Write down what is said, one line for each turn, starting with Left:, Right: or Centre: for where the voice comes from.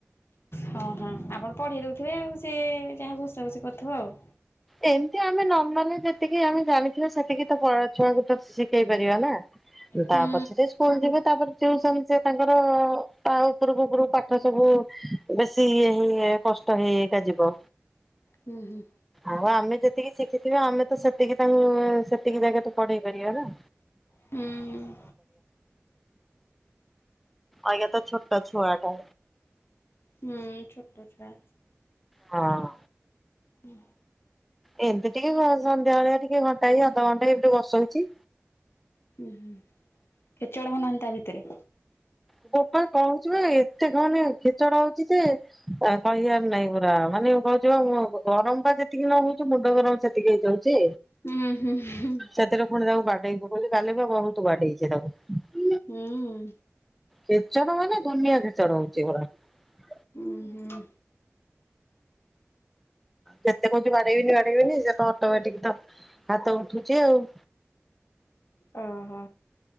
Left: ହଁ ହଁ ଆପଣ ପଢେଇ ଦଉଥିବେ ଆଉ ସେ ଯାହା ଘୋଷା ଘୋଷି କରୁଥିବ ଆଉ।
Centre: ଏମିତି ଆମେ ନର୍ମାଲ୍‌ ରେ ଯେତିକି ଆମେ ଜାଣିଥିବା ସେତିକି ତ ପ ଛୁଆଙ୍କୁ ଶିଖେଇ ପାରିବା ନା।
Left: ହୁଁ
Centre: ତା ପଛରେ ସ୍କୁଲ ଯିବେ ତାପରେ ଟିଉସନ୍‌ ସେ ତାଙ୍କର ତା ଉପୁରୁ ଉପୁରୁ କୁ ପାଠ ସବୁ ବେଶି ଇଏ ହେଇ କ ଷ୍ଟ ହେଇ ହେଇ କା ଯିବ।
Left: ହୁଁ ହୁଁ।
Centre: ହଁ ଆମେ ଯେତିକି ଶିଖିଥିବା ଆମେ ତ ସେତିକି ତାଙ୍କୁ ସେତିକି ଜାଗା ରେ ପଢେଇ ପାରିବା ନା।
Left: ହୁଁ ଉଁ।
Centre: ଆଜ୍ଞା ତ ଛୋଟ ଛୁଆଟା।
Left: ହୁଁ ଛୋଟ ଛୁଆ।
Centre: ହଁ ଅଁ।
Left: ହୁଁ।
Centre: ଏମତି ଟିକେ ଘ ସନ୍ଧ୍ୟା ବେଳିଆ ଟିକେ ଘଣ୍ଟାଏ ଅଧଘଣ୍ଟେ ଏମ୍ ତି ବସଉଚି।
Left: ହୁଁ ହୁଁ ଖେଚଡ କରୁନାହାନ୍ତି ତା ଭିତରେ?
Centre: <unintelligible> କହୁଚି ପା ଏତେ କହନି ଖେଚଡ ହଉ କହୁଚି ଯେ କହିବାର ନାହିଁ ପୁରା ମାନେ କହୁଚି ପା ମୁଁ ଗରମ୍ ପା ଯେତିକି ନ ହଉଛି ମୁଣ୍ଡ ଗରମ ସେତିକି ହେଇଯାଉ ଚି
Left: ହୁଁ ହୁଁ ହୁଁ
Centre: ସେଥିରୁ ପୁଣି ତାକୁ ବାଡେଇ ପକୋଉଚି କାଲି ପା ବହୁତ୍‌ ବାଡେଇଚି ତାକୁ।
Left: ହୁଁ ଉଁ।
Centre: ଖେଚଡ ମାନେ ଦୁନିଆ ଖେଚଡ ହଉଚି <unintelligible>
Left: ଉଁ ହୁଁ।
Centre: ଯେତେ କୋଉଚି ବାଡେଇବିନି ବାଡେଇବିନି ସେ ତ ଅଟୋମେଟିକ୍ ତ। ହାତ ଉଠୁଚି ଆଉ।
Left: ଅ ହ